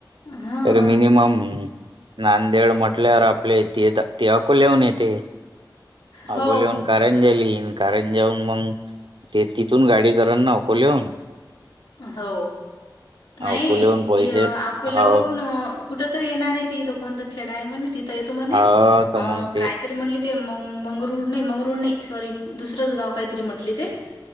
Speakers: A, on the left (about 85°); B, on the right (about 85°).
A: हा.
B: तर मिनिमम नांदेड म्हंटल्यावर आपले ते ते अकोल्याहून येते.
A: हो
B: अकोल्याहून करंजाली यीन करंजाहून मग ते तिथून गाडी करांन ना अकोल्याहून.
A: हो, नाही
B: अकोल्याहून पैसे
A: ते अकोल्याहून
B: हाव
A: कुठ तरी येणार आहे तिथं कोणतं खेडा आहे म्हणे तिथं येतो म्हणे
B: हाव
A: अ
B: तर मग ते
A: कायतरी म्हणली ते मंग मंगरुळ नाही मंगरुळ नाही सॉरी दुसरंच गाव काहीतरी म्हटली ते.